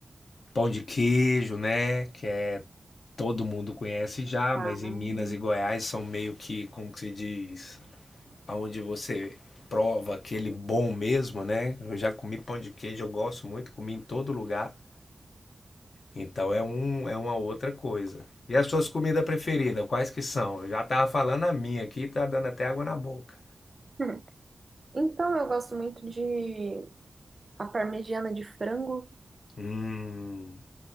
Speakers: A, on the left; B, on the right.
A: Pão de queijo, né? Que é todo mundo conhece já,
B: ah.
A: mas em Minas e Goiás são meio que, como que se diz, aonde você prova aquele bom mesmo, né? Eu já comi pão de queijo, eu gosto muito, comi em todo lugar. Então é um, é uma outra coisa. E as suas comidas preferidas, quais que são? Eu já tava falando a minha aqui, tá dando até água na boca.
B: Hum. Então, eu gosto muito de a parmegiana de frango,
A: Hum,